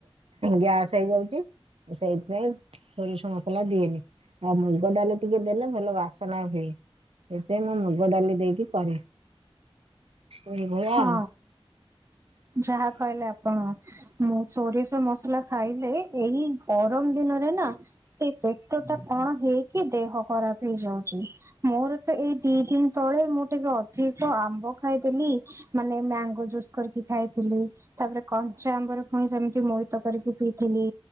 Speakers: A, on the right; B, on the right.
A: ଗ୍ୟାସ୍ ହେଇଯାଉଛି। ସେଇଥିପାଇଁ ସୋରିଷ ମସଲା ଦିଏନି ଆଉ ମୁଗ ଡାଲି ଟିକେ ଦେଲେ ଭଲ ବାସନା ହୁଏ। ସେଥିାଇଁ ମୁଁ ମୁଗ ଡାଲି ଦେଇକି କରେ। ଏଇଭଳିଆ
B: ହଁ
A: ଆଉ
B: ଯାହା କହିଲେ ଆପଣ। ମୁଁ ସୋରିଷ ମ ସଲା ଖାଇଲେ ଏଇ ଗରମ ଦିନରେ ନା ସେ ପେଟ ଟା କଣ ହେଇ କି ଦେହ ଖରା ହେଇଯାଉଚି ମୋର ତ ଏଇ ଦି ଦିନ ତଳେ ମୁଁ ଟିକେ ଅଧିକ ଆମ୍ବ ଖାଇଦେଲି। ମାନେ ମ୍ୟାଙ୍ଗୋ ଜୁସ୍। କରିକି ଖାଇଥିଲି। ତାପରେ କଞ୍ଚା ଆମ୍ବରେ ପୁଣି ସେମିତି <unintelligible> କରିକି ପିଇଥିଲି।